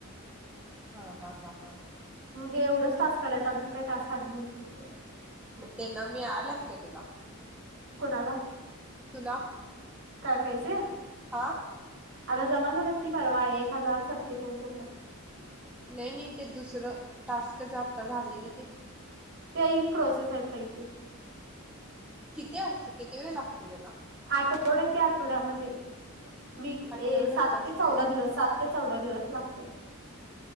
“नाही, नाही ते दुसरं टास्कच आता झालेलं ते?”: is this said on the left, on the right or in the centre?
Centre